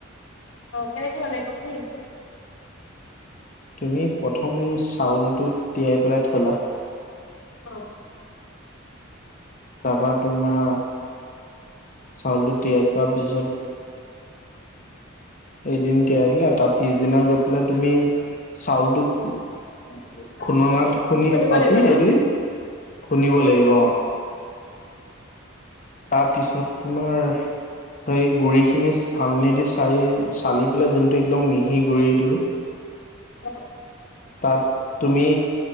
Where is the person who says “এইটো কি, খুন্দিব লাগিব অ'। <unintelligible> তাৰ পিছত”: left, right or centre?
Left